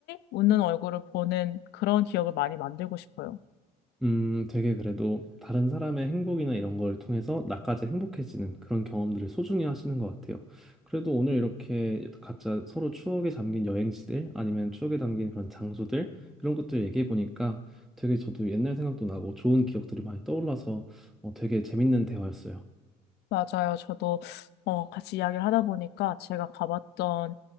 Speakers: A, on the left; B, in the centre.
A: 웃는 얼굴을 보는 그런 기억을 많이 만들고 싶어요.
B: 음, 되게 그래도 다른 사람의 행복이나 이런 걸 통해서 나까지 행복해지는 그런 경험들을 소중히 하시는 것 같아요. 그래도 오늘 이렇게 각자 서로 추억에 잠긴 여행지들 아니면 추억에 담긴 그런 장소들 이런 것들 얘기해 보니까 되게 저도 옛날 생각도 나고 좋은 기억들이 많이 떠올라서 어, 되게 재밌는 대화였어요.
A: 맞아요. 저도 어, 같이 이야기를 하다 보니까 제가 가봤던